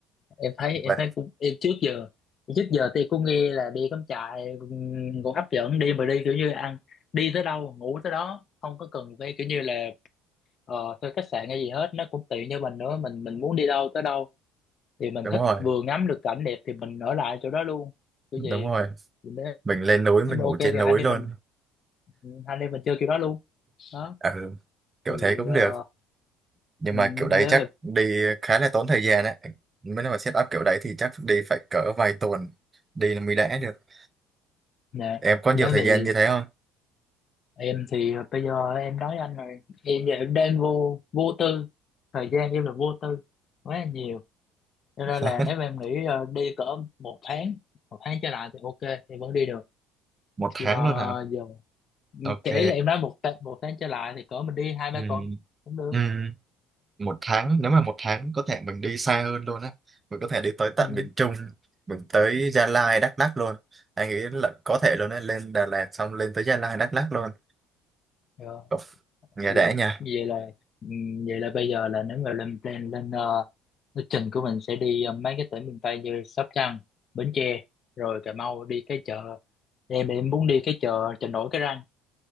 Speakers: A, on the left; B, on the right.
A: em thấy em
B: Vậy,
A: thấy cũng em trước giờ trước giờ thì cũng nghe là đi cắm trại ừm, cũng hấp dẫn đi mà đi kiểu như ăn đi tới đâu ngủ tới đó không có cần phải kiểu như là ờ, thuê khách sạn hay gì hết nó cũng tiện cho mình nữa mình mình muốn đi đâu tới đâu thì mình
B: đúng
A: thích
B: rồi
A: vừa ngắm được cảnh đẹp thì mình ở lại chỗ đó luôn kiểu
B: đúng
A: vậy
B: rồi
A: thì nếu
B: mình lên núi mình
A: mà
B: ngủ
A: ok thì
B: trên
A: hai
B: núi
A: anh em
B: luôn
A: mình hai anh em mình chơi kiểu đó luôn đó
B: ừ, kiểu
A: thì
B: thế cũng được
A: ờ,
B: nhưng
A: nếu
B: mà kiểu đấy chắc
A: mà
B: đi khá là tốn thời gian đấy mới nói mà set up kiểu đấy thì chắc đi phải cỡ vài tuần đi là mới đã được
A: nè
B: em có nhiều
A: nếu
B: thời
A: mà
B: gian
A: vậy
B: như thế không
A: em thì bây giờ em nói anh rồi em giờ em đang vô vô tư thời gian em là vô tư quá là nhiều cho
B: <laughs>
A: nên là nếu mà em nghĩ ờ, đi cỡ một tháng một tháng trở lại thì ok em vẫn đi được
B: một tháng
A: thì ờ,
B: luôn hả
A: giờ
B: ok
A: kể là em nói một tháng một tháng trở lại thì cỡ mình đi hai ba
B: ừ.
A: tuần cũng được
B: Ừ. một tháng nếu mà một tháng có thể mình đi xa hơn luôn á mình có thể đi tới tận
A: ừ.
B: miền Trung mình tới Gia Lai Đắk Lắk luôn anh nghĩ là có thể luôn á lên Đà Lạt xong lên tới Gia Lai Đắk Lắk luôn
A: Rồi.
B: Ồ, nghe
A: Vậy,
B: đã nha
A: vậy là ừ, vậy là bây giờ là nếu mà lên plan lên ờ, lịch trình của mình sẽ đi ờ, mấy cái tỉnh miền Tây như Sóc Trăng Bến Tre rồi Cà Mau đi cái chợ em em muốn đi cái chợ chợ nổi cái răng